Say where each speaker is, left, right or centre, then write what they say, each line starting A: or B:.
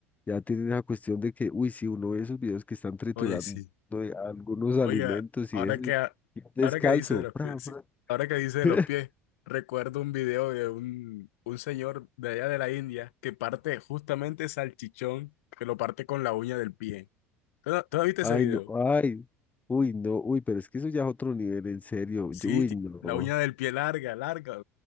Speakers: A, on the left; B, on the left.
A: Ya tienen esa cuestión de que, uy, si uno ve esos videos que están triturando
B: Oye, sí.
A: de algunos alimentos
B: Oiga, ahora
A: y eso,
B: que,
A: y
B: ha-
A: y descalzo.
B: ahora que dice de los
A: pra,
B: pies,
A: pra.
B: sí, ahora que dice de
A: <laughs>
B: los pies, recuerdo un video de un, un señor de allá de la India que parte justamente salchichón, que lo parte con la uña del pie. ¿Tú, no- tú no viste
A: Ay,
B: ese video?
A: no, ay, uy, no, uy, pero es que eso ya es otro nivel, en serio.
B: Sí,
A: yo- uy,
B: ti-
A: no.
B: la uña del pie larga, larga,